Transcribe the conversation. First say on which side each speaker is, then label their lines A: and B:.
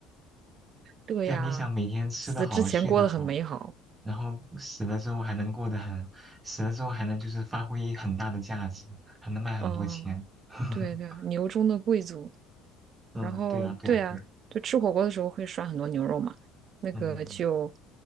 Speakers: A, on the right; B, on the right.
A: 对呀，
B: 对啊，你想每天吃得好，
A: 死之前过得很美好。
B: 睡得好，然后死了之后还能过得很，死了之后还能就是发挥很大的价值，还能卖很多钱。
A: 嗯，
B: <laughs>
A: 对对，牛中的贵族。
B: 嗯，
A: 然后对啊，
B: 对啊，对啊，对啊，
A: 就吃火锅的时候会涮很多牛肉嘛，那个就
B: 嗯